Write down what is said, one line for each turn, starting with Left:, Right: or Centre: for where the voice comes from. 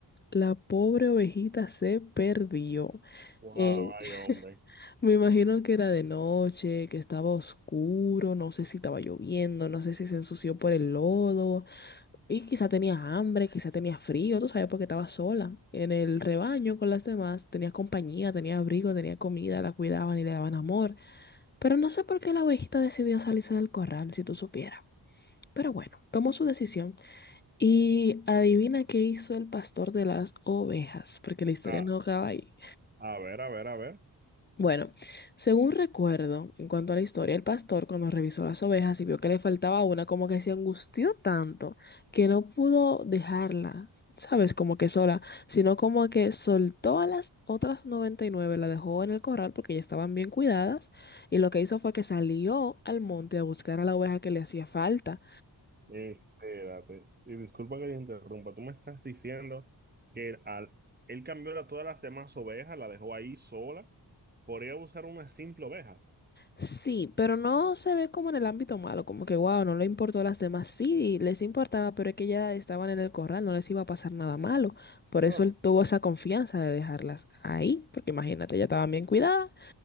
Left: La pobre ovejita se perdió.
Right: Wow,
Left: Eh,
Right: ay,
Left: <laughs>
Right: hombre.
Left: Me imagino que era de noche, que estaba oscuro, no sé si estaba lloviendo, no sé si se ensució por el lodo, y quizá tenía hambre, quizá tenía frío, tú sabes, porque estaba sola en el rebaño con las demás, tenía compañía, tenía abrigo, tenía comida, la cuidaban y le daban amor, pero no sé por qué la ovejita decidió salirse del corral, si tú supieras. Pero bueno, tomó su decisión y adivina qué hizo el pastor de las ovejas, porque la historia
Right: Ah,
Left: no acaba ahí.
Right: a ver, a ver, a ver.
Left: Bueno, según recuerdo, en cuanto a la historia, el pastor cuando revisó las ovejas y vio que le faltaba una, como que se angustió tanto que no pudo dejarla, ¿sabes? Como que sola, sino como que soltó a las otras 99, la dejó en el corral porque ya estaban bien cuidadas y lo que hizo fue que salió al monte a buscar a la oveja que le hacía falta
Right: Eh, espérate. Y disculpa que te interrumpa. Tú me estás diciendo que él, al, él cambió a todas las demás ovejas, la dejó ahí sola, por ir a buscar una simple oveja.
Left: Sí, pero no se ve como en el ámbito malo, como que wow, no le importó a las demás. Sí, les importaba, pero es que ya estaban en el corral, no les iba a pasar nada malo. Por eso
Right: No.
Left: él tuvo esa confianza de dejarlas ahí, porque imagínate, ya estaban bien cuidadas.